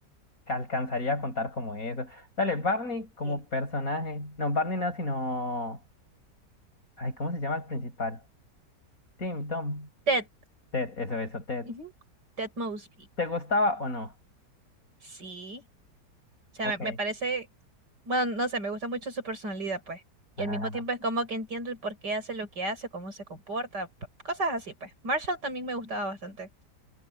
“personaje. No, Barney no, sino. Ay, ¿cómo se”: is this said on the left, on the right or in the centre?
Left